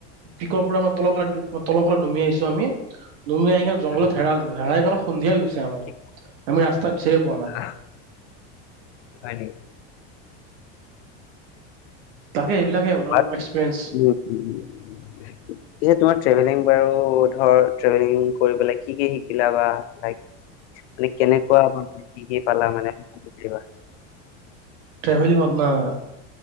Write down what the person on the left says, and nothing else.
উম,
ঠিক
আহ, হয় নেকি?
<unintelligible>
এ তোমাৰ ট্ৰেভেলিং বাৰু ধৰ, ট্ৰেভেলিং কৰিপেলাই কি কি শিকিলা বা লাইক তুমি কেনেকুৱা কি কি পালা মানে? কিবা